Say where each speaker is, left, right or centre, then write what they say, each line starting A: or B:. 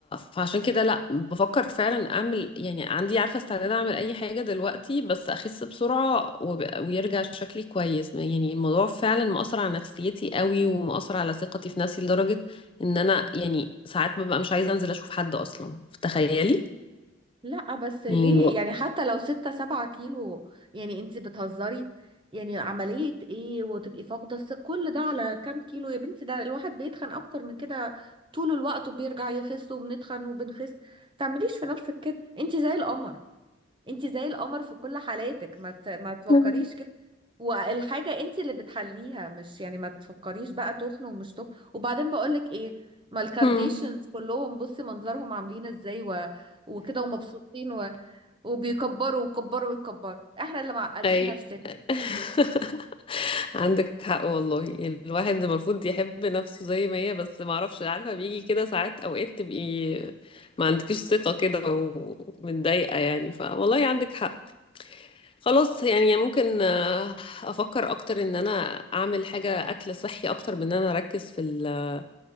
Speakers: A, on the left (about 30°); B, on the right (about 25°).
A: فعشان كده لا بفكر فعلا اعمل يعني عندي عارفة استعداد اعمل اي حاجة دلوقتي بس اخس بسرعة وب... ويرجع شكلي كويس يعني الموضوع فعلا مؤثر على نفسيتي قوي ومؤثر على ثقتي في نفسي لدرجة ان انا يعني ساعات ببقى مش عايزة انزل اشوف حد اصلا تخيلي
B: لا بس ليه
A: يعني
B: يعني حتى لو 6 7 كيلو يعني انت بتهزري يعني عملية ايه وتبقي فاقدة الث- كل ده على كام كيلو يا بنتي ده الواحد بيتخن اكتر من كده طول الوقت وبيرجع يخس وبنتخن وبنخس تعمليش في نفسك كده انت زي القمر انت زي القمر في كل حالاتك ما ت... ما تفكريش
A: الوقت
B: كده والحاجة انت اللي بتحليها مش يعني ما تفكريش بقى تخن ومش تخن وبعدين بقولك ايه ما الكارديشنز
A: مم.
B: كلهم بصي منظرهم عاملين ازاي و... وكده ومبسوطين و... وبيكبروا ويكبروا ويكبروا احنا اللي معقدين
A: اي
B: نفسنا
A: <laughs> عندك حق والله الواحد المفروض يحب نفسه زي ما هي بس ما اعرفش عارفه بيجي كده ساعات اوقات تبقي ما عندكيش ثقه كده ومتضايقه يعني فوالله عندك حق خلاص يعني ممكن آه، افكر اكتر ان انا اعمل حاجه اكل صحي اكتر من ان انا اركز في ال...